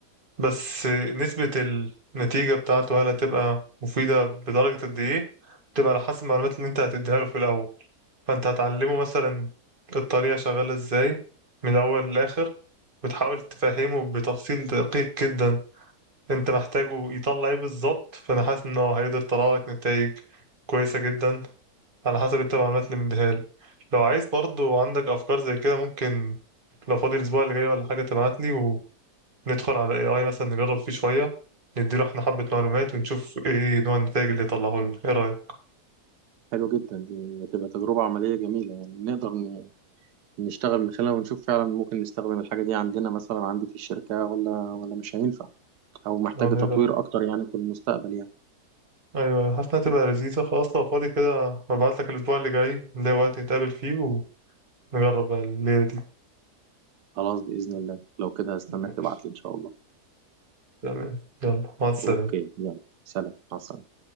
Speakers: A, on the right; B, on the right.
A: بس نسبة النتيجة بتاعته هل هتبقى مفيدة بدرجة قد ايه تبقى على حسب المعلومات اللي انت هتديها له في الاول فانت هتعلمه مثلا الطريقه شغاله ازاي من الاول للاخر وتحاول تفهمه بتفصيل دقيق جدا انت محتاجه يطلع ايه بالظبط فانا حاسس ان هو هيقدر يطلع لك نتائج كويسه جدا على حسب انت المعلومات اللي مديها له لو عايز برضو عندك افكار زي كده ممكن لو فاضي الاسبوع اللي جاي ولا حاجه تبعت لي وندخل على اي اي مثلا نجرب فيه شويه نديله احنا حبه معلومات ونشوف ايه نوع النتائج اللي يطلعه لنا ايه رايك
B: حلو جدا دي هتبقى تجربة عملية جميلة يعني نقدر نشتغل من خلالها ونشوف فعلا ممكن نستخدم الحاجة دي عندنا مثلا عندي في الشركة ولا ولا مش هينفع أو محتاجة
A: هذا
B: تطوير أكتر يعني في المستقبل يعني
A: ايوه حاسس انها تبقى لذيذة خلاص لو فاضي كده هبعت لك الاسبوع اللي جاي نلاقي وقت نتقابل فيه ونجرب بقى الليلة دي
B: خلاص بإذن الله لو كده هستناك
A: ماشي
B: تبعتلي إن شاء الله
A: تمام يلا مع السلامة
B: أوكي يلا سلام مع السلامة